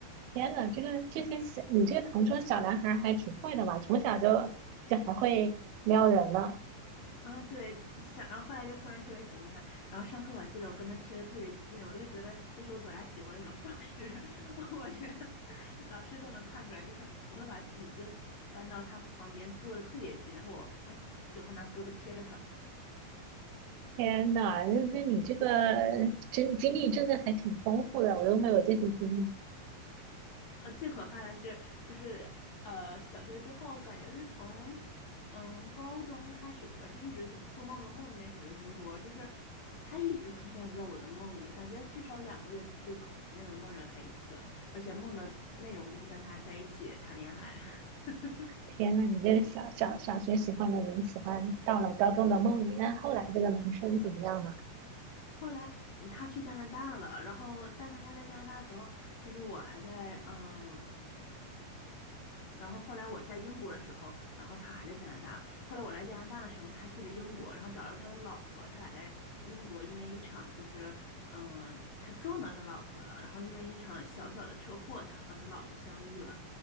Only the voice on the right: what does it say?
天呐，这个这些小你这个同桌小男孩儿还挺会的嘛，从小就就还会撩人呢。
天呐，那那你这个真经历真的还挺丰富的，我都没有这些经历。
天呐，你这小小小学喜欢的人，喜欢到了高中的梦里，那后来这个男生怎么样了？